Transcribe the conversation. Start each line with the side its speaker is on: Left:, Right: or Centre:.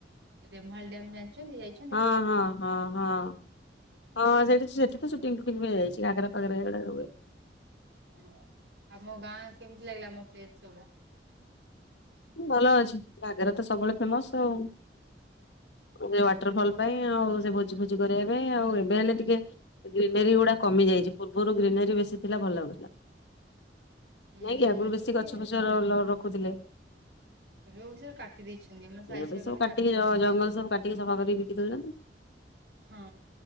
Right: ରେମାଳ ଡ୍ୟାମ ଜାଣିଛନ୍ତି ଯାଇ
Left: ହଁ ହଁ ହଁ ହଁ ହଁ ସେଠି ସେଠି ତ ସୁଟିଂ ଫୁଟିଂ ହୁଏ ଯାଇଛି ଘାଗରା ପଗରେ ଏ ରେ <inaudible>
Right: ହଁ ଆଉ ମୋ ଗାଁ କେମିତି ଲାଗିଲା ଆମ ପ୍ଲେସ ସବୁ?
Left: ହୁଁ ଭଲ ଅଛି ଘାଗରା ତ ସବୁବେଳେ ଫେମସ ଆଉ। ସେ ୱାଟର ଫଲ୍ ପାଇଁ ଆଉ ସେ ଭୋଜି ଫୋଜି କରିବା ପାଇଁ ଆଉ ଏବେ ହେଲେ ଟିକେ ଗ୍ରୀିନେରୀ ଗୁଡା କମି ଯାଇଛି ପୂର୍ବରୁ ଗ୍ରୀିନେରୀ ବେଶୀ ଥିଲା ଭଲ ଲାଗୁଥିଲା।
Right: ହୁଁ
Left: ନାଇଁ କିି ଆଗରୁ
Right: ଏମିତି
Left: ବେଶୀ ଗଛ ଫଛ
Right: ହଁ।
Left: ରଖୁଥିଲେ।
Right: ଏବେକୁ ସେରା କାଟି ଦେଇଛନ୍ତି ମ ସାଇଜ
Left: ଏବେ
Right: ସୁଜା
Left: ସବୁ
Right: କରି
Left: କାଟିକି
Right: କାଟି କୁଟା
Left: ଜ
Right: ଦେଇଛନ୍ତି।
Left: ଜଙ୍ଗଲ ସବୁ କାଟିକି ସଫା କରିକି ବିକି ଦଉଛନ୍ତି
Right: ହଁ